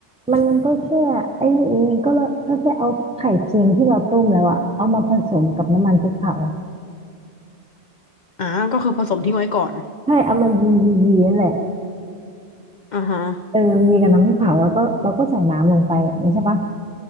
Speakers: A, in the centre; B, on the left.
A: มันก็แค่ไอ้นี่เองก็ละก็แค่เอาไข่เค็มที่เราต้มแล้วอะเอามาผสมกับน้ำมันพริกเผา
B: อ่าก็คือผสมทิ้งไว้ก่อน
A: ใช่เอามายียียีนั่นแหละ
B: อ่าฮะ
A: เออยีกับน้ำพริกเผาแล้วก็เราก็ใส่น้ำลงไปอย่างนี้ใช่ปะ